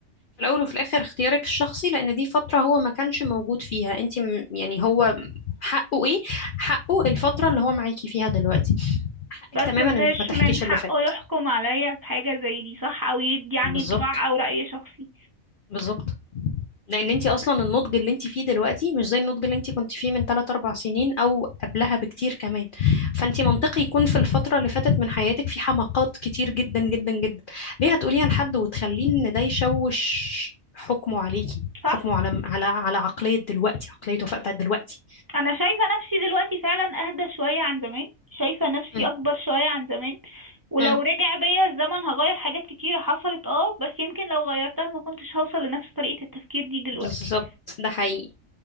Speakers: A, on the left; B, on the right.
A: في الأول وفي الآخر اختيارك الشخصي لأن دي فترة هو ما كانش موجود فيها انت م- يعني هو حقه ايه حقه الفترة اللي هو معاكي فيها دلوقتي حقك
B: بس
A: تماما
B: مش
A: انك ما تحكيش
B: من حقه
A: اللي فات
B: يحكم عليا بحاجة زي دي صح او يدي عني
A: بالظبط
B: انطباع او رأي شخصي
A: بالظبط لان انت اصلا النضج اللي انت فيه دلوقتي مش زي النضج اللي انت كنت فيه من 3 4 سنين او قبلها بكتير كمان فانت منطقي يكون في الفتره اللي فاتت من حياتك في حماقات كتير جدا جدا جدا ليه هتقوليها لحد وتخليه ان ده يشوش حكمه عليكي
B: صح
A: حكمه على على على عقليه دلوقتي عقليه وفاء بتاعت دلوقتي
B: انا شايفه نفسي دلوقتي فعلا اهدى شويه عن زمان شايفه نفسي
A: م-
B: اكبر شويه عن زمان ولو
A: م.
B: رجع بيا الزمن هغير حاجات كتيره حصلت اه بس يمكن لو غيرتها ما كنتش هوصل لنفس طريقه التفكير دي دلوقتي
A: بالظبط ده حقيقي